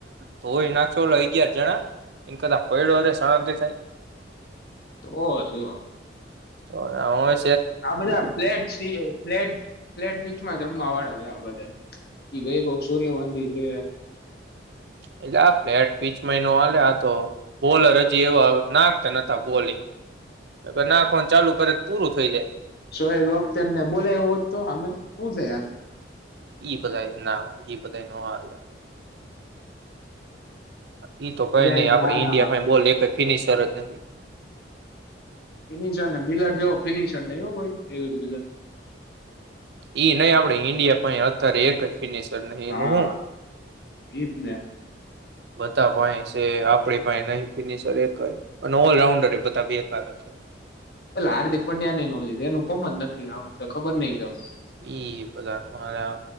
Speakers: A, on the right; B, on the left.
A: ધોય નાખો ઓ અગયાર જણા એના કરતા પૈડો રે શાંતિ થી થઈ
B: તોહ શું
A: તો હોય
B: આ બધા ફ્લેટ ફ્લેટ ફ્લેટ પીચમાં રામવા વાળા છે બધા એ ભૈ સૂર્ય વંશી
A: એટલે આ ફ્લેટ પીચ મહિનો હ્યા આ તો બોલર હજી એવા નાખતા ન બોલિંગ નાખવાનું ચાલુ કરે પૂરું થઈ જાય
B: શોએબ અખ્તર ને બોલાય હોત તો હામે તોહ શું થઈ
A: એ પતા એ એ પતા એનો હાલ એઈ તો કઈ
B: બ્રેન
A: નઈિ આપડે
B: લારા
A: ઈન્ડિયા બોલિંગ અજ ફિનીિશર ને
B: ફિનિશર ને મિલર જેવો ફિનિશર નહીં હો
A: ઈ નહી આપડે ઈન્ડિયા પા અત્યારે એક ફિનિશર નહી
B: હા
A: એનું હું
B: એજ ને
A: બધા ભ છે આપડી પાહે નહી ફિનિશર એક એ ઓલરાઉન્ડર એ બધા બેકાર જ છે
B: પલે હાર્દિક પંડ્યા ન નો લીધો એનું ફોર જ નથી આવ ખબર નઈિ કેમ
A: એ બધાના